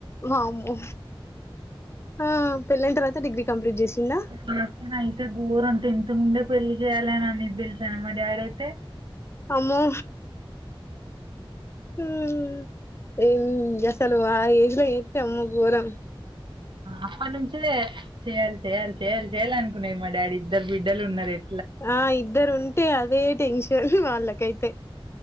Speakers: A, on the left (about 25°); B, on the right (about 55°).
A: ఆమో ఆ పెళ్లయిన తర్వాత డిగ్రీ కంప్లీట్ చేసిందా
B: నాస్తేన అయితే గోరం అంటే ఎంత నుండే పెళ్లి చేయాలిని అనిది తెలుసా మా డాడీ అయితే
A: ఆమ్మో హమ్ ఏ చలు ఆ ఏజ్ లో ఎస్తా అమ్మ గోరం
B: అప్పటినుంచలే చేయాలి చెయ్యాలి చేయాలి చెయాలి అనుకున్నాది మా డాడీ ఇద్దరు బిడ్డలు ఉన్నారుయి
A: ఆ ఇద్దరు ఉంటే అదే టెన్షన్ వాళ్ళకైతే